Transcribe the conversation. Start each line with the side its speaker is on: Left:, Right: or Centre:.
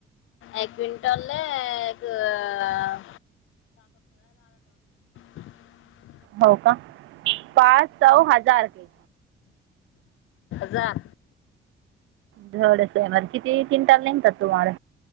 Left: एक क्विंटल एक अअ <unintelligible>
Right: हो का पाच सव हजार के.
Left: जा.
Right: डच आहे मर किती तिनटाल नेतात तुम्हाला..